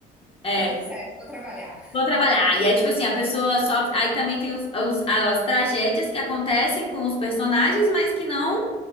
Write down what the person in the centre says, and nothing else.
tá tudo certo, vou trabalhar.